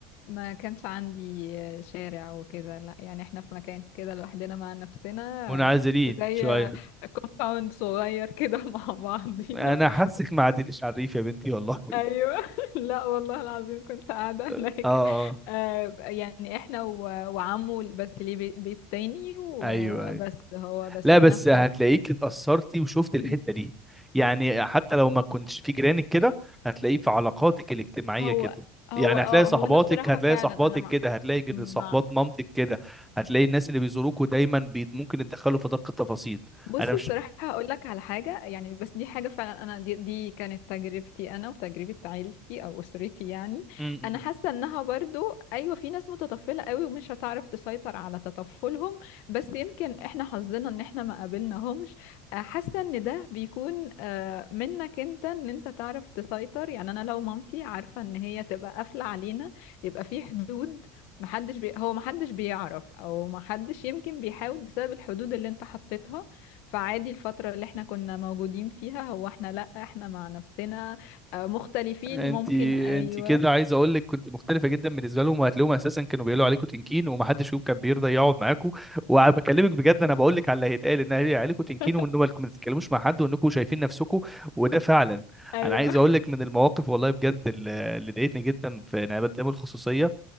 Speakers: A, on the left; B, in the centre.
A: ما كانش عندي شارع وكده لا يعني احنا في مكان كده لوحدنا مع نفسنا
B: منعزلين
A: زي
B: شويه
A: كومباوند صغير كده <laughs> مع بعضينا
B: انا حاسك ما عدليش على الريف يا بنتي والله
A: ايوه <laughs> لا والله العظيم كنت قاعده هناك
B: <laughs> اه اه
A: آه يعني احنا و... وعمه بس ليه بي- بيت تاني وبس
B: ايوه أيوه.
A: هو بس
B: لا
A: احنا
B: بس
A: في
B: هتلاقيك
A: مكان
B: اتأثرتي وشفت
A: <clears throat>
B: الحتة دي يعني حتى لو ما كنتش في جيرانك كده هتلاقيه في علاقاتك الاجتماعية
A: هو
B: كده
A: هو
B: يعني
A: اه
B: هتلاقي صحباتك
A: هو انا بصراحه
B: هتلاقي
A: فعلا
B: صحباتك
A: انا مع
B: كده هتلاقي جد-
A: مع
B: صحبات مامتك كده هتلاقي الناس اللي بيزوروكوا دايما بي ممكن يتدخلوا في دقة التفاصيل
A: بص
B: انا مش
A: بصراحة هقول لك على حاجة يعني بس دي حاجة فعلا أنا دي, دي كانت تجربتي أنا وتجربة عيلتي أو أسرتي يعني
B: م- م.
A: أنا حاسة إنها برضو أيوة في ناس متطفلة قوي ومش هتعرف تسيطر على تطفلهم بس يمكن إحنا حظنا إن إحنا ما قابلناهمش آه، حاسة إن ده بيكون آه، منك أنت إن أنت تعرف تسيطر يعني أنا لو مامتي عارفة إن هي تبقى قافلة علينا يبقى في حدود محدش بي... هو محدش بيعرف أو محدش يمكن بيحاول بسبب الحدود اللي أنت حطيتها فعادي الفترة اللي احنا كنا موجودين فيها هو احنا لأ احنا مع نفسنا آه، مختلفين
B: انت
A: ممكن ايوه
B: انت كده عايز اقول لك كنت مختلفه جدا بالنسبه لهم وهتلاقيهم اساسا كانوا بيقولوا عليكم تنكين ومحدش فيهم كان بيرضى يقعد معاكم وبكلمك بجد انا بقول لك على اللي هيتقال ان هي- عليكم تنكين
A: <laughs>
B: وان هو انكم ما تتكلموش مع حد وانكم شايفين نفسكم وده فعلا
A: ايوه
B: انا عايز اقول لك من المواقف والله بجد اللي اللي ضايقتني جدا في انعدام الخصوصيه